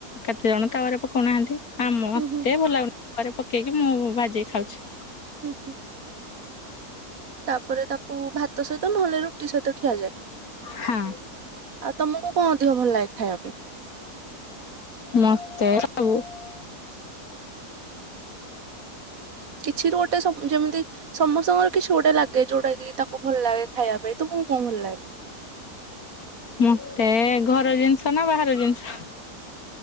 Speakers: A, on the left; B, on the right.
A: କେତେ ଜଣ ତାୱା ରେ ପକୋଉ ନାହାନ୍ତି। ଆ ମତେ
B: ହୁଁ ହୁଁ
A: ଭଲ ଲାଗୁନି ତାୱା ରେ ପକେଇକି ମୁଁ ଭାଜିକି ଖାଉଚି।
B: ହୁଁ ହୁଁ। ତାପରେ ତାକୁ ଭାତ ସହିତ ନହେଲେ ରୁଟି ସହିତ ଖିଆଯାଏ।
A: ହଁ
B: ଆଉ ତମକୁ କଣ ଅଧିକ ଭଲ ଲାଗେ ଖାଇବା ପାଇଁ?
A: ମତେ ହଉ <unintelligible>
B: କିଛି ରୁ ଗୋଟେ ସବ୍ ଯେମିତି ସମସ୍ତଙ୍କର କିଛି ଗୋଟେ ଲାଗେ ଯୋଉଟା କି ତାକୁ ଭଲ ଲାଗେ ଖାଇବା ପାଇଁ ତମକୁ କଣ ଭଲ ଲାଗେ?
A: ମତେ ଘର ଜିନିଷ ନା ବାହାର ଜିନିଷ?